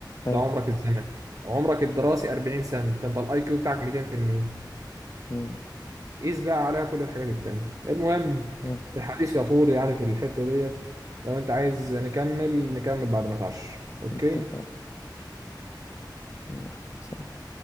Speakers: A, on the left; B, on the right.
A: حلو
B: ده عمرك الزمني عمرك الدراسي 40 سنه فانت الاي كيو بتاعك 200%
A: مم.
B: قيس بقى عليها كل الحاجات التانية المهم
A: منطق
B: الحديث يطول يعني في الحتة ديت لو انت عايز نكمل نكمل بعد ما تعش اوكي
A: اتفق يلا، سلام.